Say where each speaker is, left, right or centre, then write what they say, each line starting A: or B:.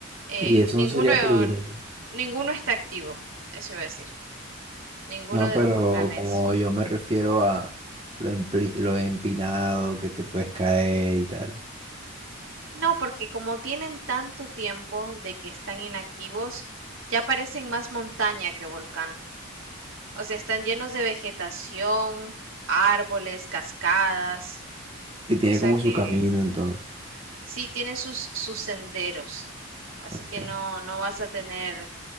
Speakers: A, on the right; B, on the right.
A: Eh,
B: Y eso
A: ninguno,
B: no sería peligroso.
A: ninguno está activo, eso iba a decir. Ninguno
B: No,
A: de
B: pero
A: los volcanes.
B: como yo me refiero a lo, empli- lo empinado que te puedes caer y tal.
A: No, porque como tienen tanto tiempo de que están inactivos, ya parecen más montaña que volcán. O sea, están llenos de vegetación, árboles, cascadas.
B: Y tiene
A: O sea
B: como
A: que
B: su camino entonces.
A: sí tiene sus, sus senderos. Así
B: Okay.
A: que no, no vas a tener